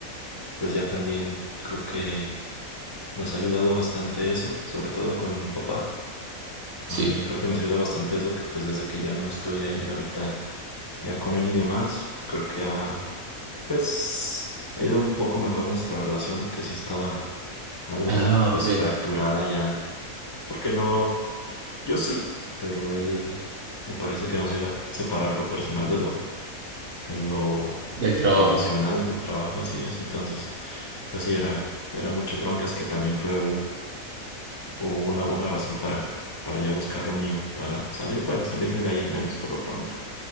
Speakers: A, on the left; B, on the right.
A: pues ya también creo que Nos ha ayudado bastante eso, sobre todo con mi papá.
B: Sí.
A: Eh, creo que nos ayuda bastante eso, que pues desde que ya no estoy ahí ahorita, ya con él y demás, creo que ha, pues, ha ido un poco mejor nuestra relación, que sí estaba algo,
B: Ah,
A: pues,
B: ok.
A: fracturada ya. Porque no, yo sí, pero él me parece que no sabía separar lo personal de lo, de lo
B: Del trabajo.
A: profesional, del trabajo, así es. Entonces, pues sí, era, era muchas broncas que también fue o una buena razón para, para ya buscar lo mío, para salir, bueno, salirme de ahí al menos por lo pronto.